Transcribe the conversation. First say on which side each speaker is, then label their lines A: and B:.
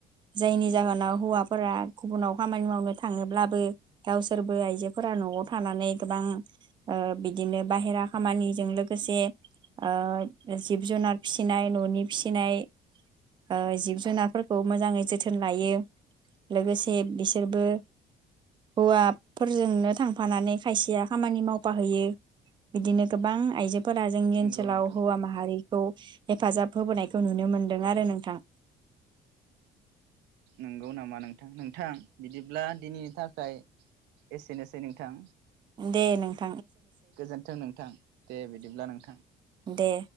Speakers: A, on the right; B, on the right.
A: जायनि जाहोनाव हौवाफोरा गुबुनाव खामानि मावनो थाङोब्लाबो गावसोरबो आइजोफोरा न'आव थानानै गोबां ओ बिदिनो बाहेरा खामानिजों लोगोसे ओ जिब जुनार फिसिनाय न'नि फिसिनाय ओ जिब जुनारफोरखौ मोजाङै जोथोन लायो लोगोसे बिसोरबो हौवाफोरजोंनो थांफानानै खायसेया खामानि मावफााहैयो बिदिनो गोबां आइजोब फोरा जोंनि
B: नंगौ
A: ओनसोलाव
B: नोंथां
A: हौवा माहारि खौ हेफाजाब फोबोनायखौ नुनो मोनदों आरो नोंथां
B: नंगौ नामा नोंथां नोंथां बिदिब्ला दिनैनि थाखाय एसेनोसै नोंथां।
A: दे नों
B: गोजोन्थों नोंथां दे बिदिब्ला नोंथां।
A: दे